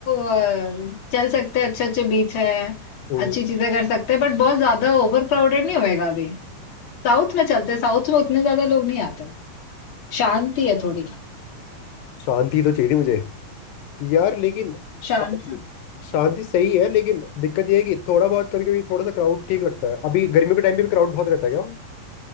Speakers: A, on the left; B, on the left.
A: अ, चल सकते हैं अच्छे अच्छे बीच है
B: हम्म,
A: अच्छी चीजें कर सकते हैं बट बहुत ज्यादा ओवर क्राउडेड नहीं होएगा अभी साउथ में चलते हैं साउथ में उतने ज्यादा लोग नहीं आते शांति है थोड़ी
B: शांति तो चाहिए थी मुझे यार लेकिन शांति
A: शांत
B: शांति सही है लेकिन दिक्कत यह है कि थोड़ा बहुत कभी कभी थोड़ा सा क्राउड ठीक लगता है अभी गर्मियों के टाइम पे भी क्राउड बहुत रहता है क्या